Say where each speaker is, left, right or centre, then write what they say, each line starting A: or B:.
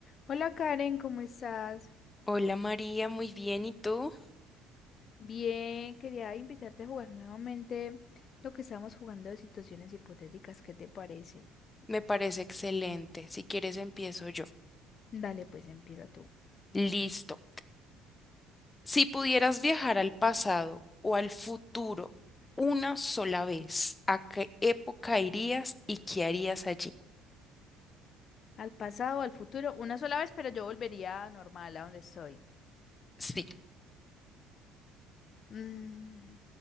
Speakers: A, on the left; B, on the left.
A: Hola Karen, ¿cómo estás?
B: Hola María, muy bien. ¿Y tú?
A: Bien, quería invitarte a jugar nuevamente lo que estábamos jugando de situaciones hipotéticas, ¿qué te parece?
B: Me parece excelente. Si quieres, empiezo yo.
A: Dale, pues empieza tú.
B: Listo. Si pudieras viajar al pasado o al futuro una sola vez, ¿a qué época irías y qué harías allí?
A: Al pasado, al futuro, una sola vez, pero yo volvería normal a donde estoy.
B: Sí.
A: Mm,